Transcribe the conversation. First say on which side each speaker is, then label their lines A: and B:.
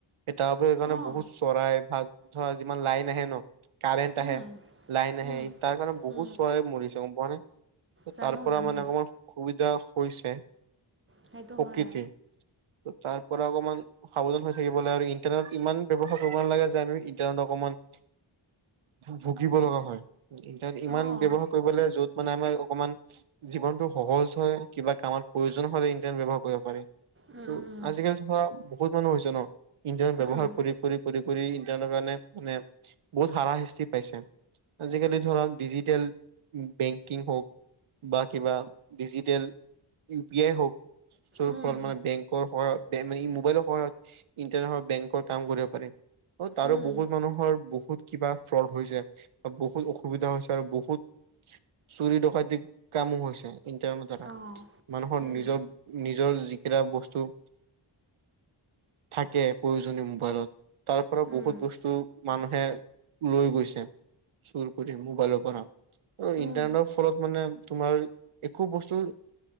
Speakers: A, on the right; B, on the right.
A: এ তাৰউপৰি সেইকাৰণে
B: অঁ
A: বহুত চৰাই ভাত ধৰা যিমান লাইন আহে ন কাৰেণ্ট আহে
B: উম
A: লাইন আহে
B: উম
A: এ তাৰ কাৰণে বহুত
B: উম
A: চৰাই মৰিছে গম পোৱানে অ
B: জানো
A: তাৰ পৰা
B: জানো
A: মানে অকমান অসুবিধা হৈছে
B: সেইটো
A: প্ৰকৃতি
B: হয়
A: তাৰ পৰা অকমান সাৱধান হৈ থাকিব লাগে আৰু ইণ্টাৰনেটত ইমান ব্যৱহাৰ কৰিব নালাগে যে আমি ইটাৰনেট অকমান ভুগিব লগা হয় তাত ইমান
B: অঁ
A: ব্যৱহাৰ কৰিবলে য'ত মানে আমাৰ অকমান জীৱনটো সহজ হয় কিবা কামত প্ৰয়োজন হ'লে ইণ্টাৰন ব্যৱহাৰ কৰিব পাৰে,
B: উম
A: ত'
B: উম
A: আজিকালি ধৰা বহুত মানুহ হৈছে ন ইণ্টাৰনেট বব্যৱহাৰ
B: উম
A: কৰি কৰি কৰি কৰি ইন্টাৰনেটৰ কাৰণে মানে বহুত হাৰা শাস্তি পাইছে। আজিকালি ধৰক ডিজিটেল বেংকিং হওক বা কিবা ডিজিটেল ইউ পি আই হওক য'ত
B: উম
A: ফ্রত মানে বেংকৰ পৰা বেন ই মোবাইলৰ পৰা ইণ্টাৰ হ বেংকৰ কাম কৰিব পাৰি, অ তাৰো
B: উম উম,
A: বহুত মানুহৰ বহুত কিবা ফ্ৰড হৈছে বা বহুত অসুবিধা হৈছে আৰু বহুত চুৰি ডকাইতি কামো হৈছে ইণ্টাৰনেটৰ দ্বাৰা
B: অঁ
A: মানুহৰ
B: উম
A: নিজৰ নিজৰ যিকেইটা বস্তু থাকে প্ৰয়োজনীয় মোবাইলত তাৰ পৰা বহুত
B: উম
A: বস্তু মানুহে লৈ গৈছে চুৰ কৰি মোবাইলৰ পৰা ত ইণ্টানৰ
B: উম
A: ফলত মানে তোমাৰ একো বস্তু